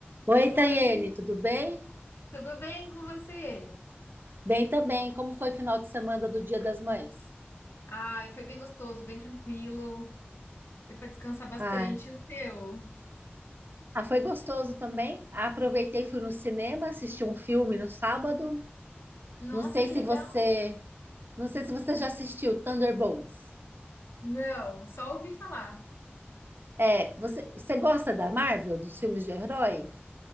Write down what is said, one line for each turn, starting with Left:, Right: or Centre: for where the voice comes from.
Right: Oi,
Left: Oi,
Right: Tayene, tudo bem?
Left: tudo bem com você?
Right: Bem também. Como foi o final de semana do Dia das Mães?
Left: Ai, foi bem gostoso, bem tranquilo. Deu pra descansar bastante.
Right: Ah,
Left: O teu?
Right: ah, foi gostoso também. Aproveitei, fui no cinema, assisti um filme no sábado.
Left: Nossa,
Right: Não sei
Left: que
Right: se
Left: legal!
Right: você, não sei se você já assistiu Thunderbolts.
Left: Não, só ouvi falar.
Right: É, você, você gosta da Marvel, dos filmes de herói?